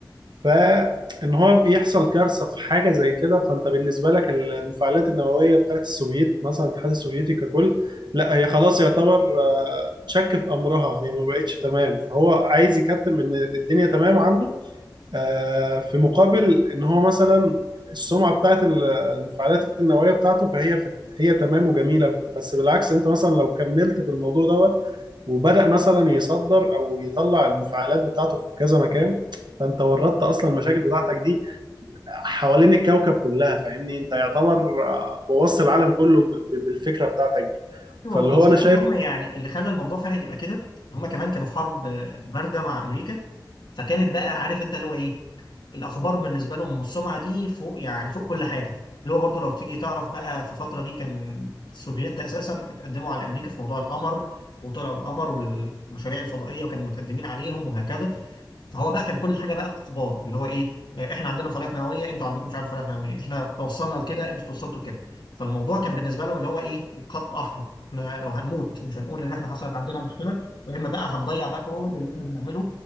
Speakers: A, on the right; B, on the left.
A: فان هو يحصل كارثه في حاجه زي كده فانت بالنسبه لك المفاعلات النوويه بتاعت السوفييت مثلا الاتحاد السوفيتي ككل لا هي خلاص يعتبر آه، تشك في امرها هي ما بقتش تمام فهو عايز يكتم ان الدنيا تمام عنده آه، في مقابل ان هو مثلا السمعه بتاعت ال- المفاعلات النوويه بتاعته فهي في هي تمام وجميله بس بالعكس انت مثلا لو كملت في الموضوع دوت وبدأ مثلا يصدر او يطلع المفاعلات بتاعته في كذا مكان فانت وردت اصلا المشاكل بتاعتك دي حوالين الكوكب كلها فاهمني انت يعتبر آه، بوظت العالم كله ب- ب- بالفكره بتاعتك دي
B: ايوه،
A: فاللي
B: والمشكله
A: هو انا شايف
B: ان هم يعني اللي خلى الموضوع فعلا يبقى كده هم كمان كانوا في حرب آه، بارده مع امريكا فكانت بقى عارف انت اللي هو ايه الاخبار بالنسبه لهم والسمعه دي فوق يعني فوق كل حاجه اللي هو برضو لو تيجي تعرف بقى في الفتره دي كان السوفييت اساسا اتقدموا على امريكا في موضوع القمر وطلعوا القمر والمشاريع الفضائيه وكانوا متقدمين عليهم وهكذا فهو بقى كان كل حاجه بقى الاخبار اللي هو ايه آه، احنا عندنا مفاعلات نوويه انتوا عندكم مش عارف مفاعلات نوويه احنا توصلنا لكده انتوا توصلتوا لكده فالموضوع كان بالنسبه لهم اللي هو ايه خط احمر احنا لو هنموت مش هنقول ان احنا حصلت عندنا مشكله يا اما بقى هنضيع بقى كل اللي احنا بنعمله